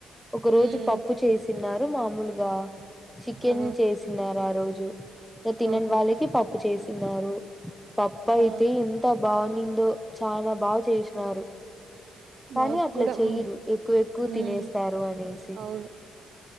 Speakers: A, in the centre; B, on the right.
A: ఒక రోజు
B: ఉమ్
A: పప్పు చేసినారు మామూలుగ చికెన్
B: ఆ
A: చేసినారు ఆ రోజు తినని
B: ఆహా
A: వాళ్ళకి పప్పు చేసినారు పప్పు అయితే
B: ఆ
A: ఇ బనిందో చాల బాగ చేసినారు కానీ
B: మాకు
A: అట్ల
B: కూడా
A: చెయరు
B: ము
A: ఎక్కువ ఎక్కువ తినేస్తారు
B: ఉమ్
A: అనేసి
B: అవును